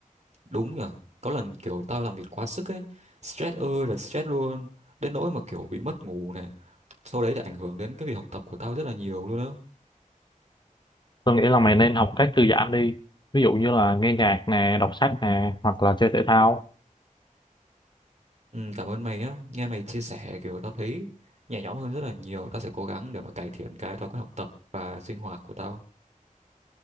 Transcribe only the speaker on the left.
tôi nghĩ là mày nên học cách thư giãn đi ví dụ như là nghe nhạc nè đọc sách nè hoặc là chơi thể thao